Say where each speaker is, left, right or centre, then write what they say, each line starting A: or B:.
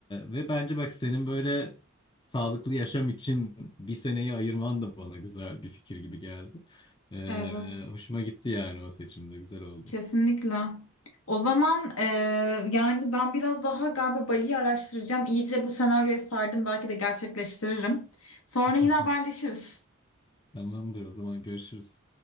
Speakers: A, on the left (about 20°); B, on the left (about 75°).
A: ve bence bak senin böyle sağlıklı yaşam için bir seneyi ayırman da bana güzel bir fikir gibi geldi. Ee,
B: Evet.
A: hoşuma gitti yani o seçimde güzel oldu.
B: Kesinlikle. O zaman e, yani ben biraz daha galiba Bali'yi araştıracağım. İyice bu senaryoya sardım. Belki de gerçekleştiririm. Sonra
A: <laughs>
B: yine haberleşiriz.
A: Tamamdır o zaman görüşürüz.